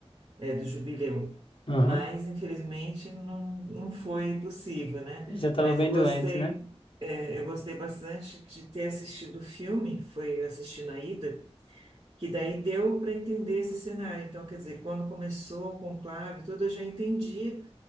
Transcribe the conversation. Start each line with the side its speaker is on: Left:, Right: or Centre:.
Right: é, do jubileu.
Left: aham.
Right: Mas, infelizmente, não, não foi possível, né?
Left: Eu Já estava
Right: Mas
Left: bem
Right: eu gostei,
Left: doente, né?
Right: é, eu gostei bastante de ter assistido o filme, foi assistir na ida, que daí deu para entender esse cenário. Então, quer dizer, quando começou o conclave, e tudo, eu já entendi,